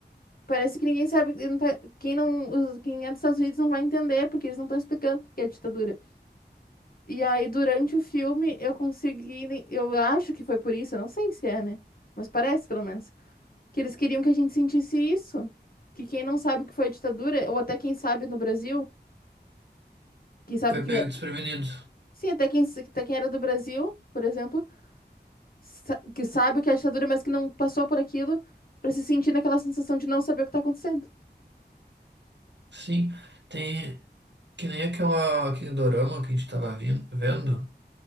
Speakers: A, on the left; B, on the right.
A: parece que ninguém sabe, não tá- quem não, os- quem é dos Estados Unidos não vai entender, porque eles não estão explicando o que é ditadura. E aí, durante o filme, eu consegui, ne- eu acho que foi por isso, eu não sei se é, né? Mas parece, pelo menos, que eles queriam que a gente sentisse isso, que quem não sabe o que foi ditadura, ou até quem sabe no Brasil, quem sabe
B: Foi
A: que,
B: pego
A: é- que
B: desprevenido.
A: sim, até quem, até quem era do Brasil, por exemplo sa- que sabe o que é ditadura, mas que não passou por aquilo, pra se sentir naquela sensação de não saber o que tá acontecendo.
B: Sim, tem que nem aquela, aquele dorama que a gente estava vendo